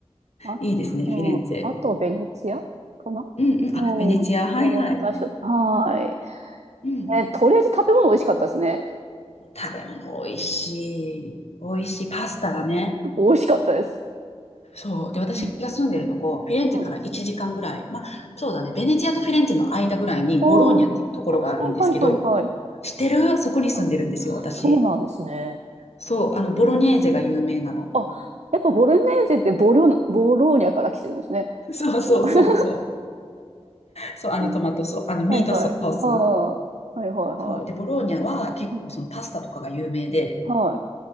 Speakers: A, on the right (about 80°); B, on the left (about 70°).
A: あ、
B: いいですね、
A: うん。
B: フィレンツェ。
A: あと、ベネツィアかな
B: うんうん。
A: う
B: あ、ベネチア。
A: ん。
B: はいはい。
A: この2箇所。はーい。
B: うん。
A: え、とりあえず食べ物美味しかったですね。
B: 食べ物美味しい。美味しい。パスタがね。
A: 美味しかったです。
B: そう。で、私が住んでるとこ、
A: うん。
B: フィレンツェから1時間ぐらい。
A: はい。
B: まあ、そうだね。ベネチアとフィレンツェの間ぐらいに、
A: ああ、
B: ボローニャっていうところがあるんですけど、
A: はいはいはいはい。
B: 知ってるそこに住んでるんですよ、
A: あ、
B: 私。
A: そうなんですね。
B: そう。あの、
A: うん
B: ボロニェーゼが有名なの。
A: あ、やっぱボロネーゼってボロ、ボローニャから来てるんですね。
B: そうそうそうそう。
A: その名前
B: そう、あのトマトソース、
A: うん <laughs>
B: あのミートソース。
A: はいはい。ああ、はいはいは
B: そう。で、ボローニャは結構そのパスタとかが有名で、
A: い。うんはい。